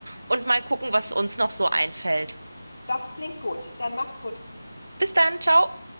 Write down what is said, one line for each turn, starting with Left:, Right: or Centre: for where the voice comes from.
Right: und mal gucken, was uns noch so einfällt.
Left: Das klingt gut. Dann mach's gut.
Right: Bis dann, ciao.